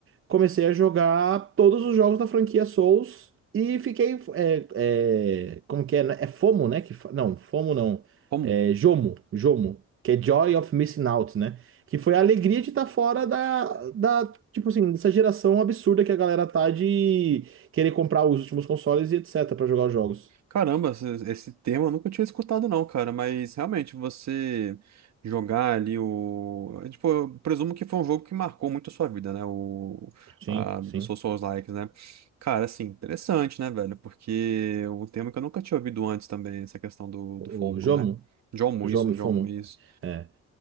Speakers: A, on the right; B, on the right.
A: comecei a jogar todos os jogos da franquia Souls e fiquei. É, é, como que é? né? É FOMO, né? Que, fa- não, FOMO não.
B: Como?
A: É JOMO, JOMO, que é Joy of Missing Out, né? Que foi a alegria de estar fora da, da, tipo assim, dessa geração absurda que a galera tá de querer comprar os últimos consoles e etc. pra jogar os jogos.
B: Caramba, esse, esse termo eu nunca tinha escutado não, cara, mas realmente você jogar ali o... é, Tipo, eu presumo que foi um jogo que marcou muito a sua vida, né? O,
A: Sim,
B: a, o
A: sim.
B: Souls Souls-like, né? Cara, assim, interessante, né, velho? Porque é um termo que eu nunca tinha ouvido antes também, essa questão do,
A: O
B: do FOMO,
A: JOMO,
B: né? Jomo
A: JOMO
B: isso,
A: e
B: Jomo
A: FOMO.
B: isso.
A: É,